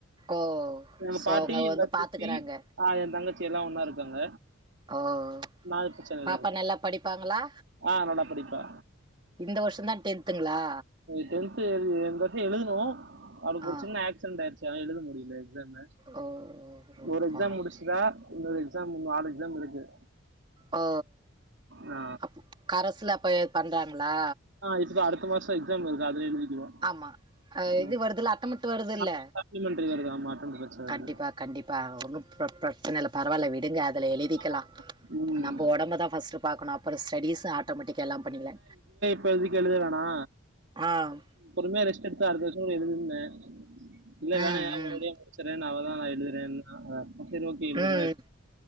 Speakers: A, on the right (about 25°); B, on the right (about 60°).
A: ஓ
B: எங்க
A: சோ
B: பாட்டி
A: அவங்க
B: எங்க
A: வந்து
B: சித்தி
A: பாத்துக்கறாங்க
B: அ எ தங்கச்சி எல்லா ஒன்னா இருக்காங்க
A: ஆஹ்ன்
B: நா இப்ப சென்னைல
A: பாப்பா
B: இருக்கே
A: நல்லா படிப்பாங்ளா
B: ஆ நல்லா படிப்பா
A: இந்த வருஷோ தா டென்த்ங்ளா
B: டென்து இந்த வருஷோ எழுதுனு அதுக்கு
A: ஆ
B: ஒரு சின்ன ஆக்சிடென்ட் ஆயிட்ச் எழுத முடியல எக்ஸ்ஸாம
A: ஓ ரொம்ப
B: ஒரு எக்ஸ்ஸாம்
A: பாவம்
B: முடிச்சிடா இன்னொரு எக் எக்ஸாம் இன்னு நாலு எக்ஸாம் இருக்கு
A: ஓ
B: ஆ
A: அப் கரஸ்ல அப்ப பண்றாங்ளா
B: ஆ இப்ப அடுத்த மாசோ எக்ஸாம் இருக்கு வருது அதுல எழுதிக்குவா
A: ஆமா இது
B: ம்
A: வருதுல அட்டம்ட்டு வருதுல
B: சப்ளி சப்ளிமெண்ட்ரி வருது ஆமா அட்டெண்டன்ஸ் வருது
A: கண்டிபா கண்டிபா ஒன்னு பிரச்சன இல்ல பரவாயில்ல விடுங்க அதுல எழுதிகலா
B: ஆமா ம்
A: நம்ம உடம்பதா ஃபஸ்ட் பாக்கணு அப்பறோ ஸ்டடிஸ் ஆட்டோமேட்டிக்கா எல்லா பண்ணிகலா
B: இப்பதிக்கி எழுதவேனா
A: ஆம்
B: பொறுமையா ரெஸ்ட் எடுத்து அடுத்த வருஷ கூடோ எழுதுன்ன இல்ல
A: ம்
B: வேணா ஏ
A: ம்
B: ஒரு வழியா முடிச்சரேனு அவதா நா எழுதுறேன்னா அதா சரி ஓகே எழுதுறனா
A: ம்
B: எ